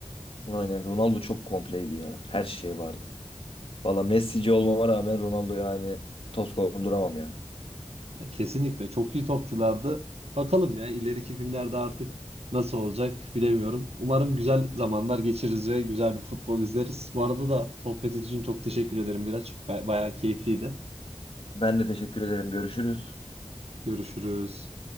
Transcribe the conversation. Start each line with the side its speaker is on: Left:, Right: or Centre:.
Left: Aynen Ronaldo çok kompleydi ya. Her şey vardı. Valla Messi'ci olmama rağmen Ronaldo yani toz konduramam ya.
Right: Ya Kesinlikle çok iyi topçulardı. Bakalım ya ileriki günlerde artık nasıl olacak bilemiyorum. Umarım güzel zamanlar geçiririz ve güzel bir futbol izleriz. Bu arada da sohbet için çok teşekkür ederim Miraç. Ba- Bayağı keyifliydi.
Left: Ben de teşekkür ederim. Görüşürüz.
Right: Görüşürüz.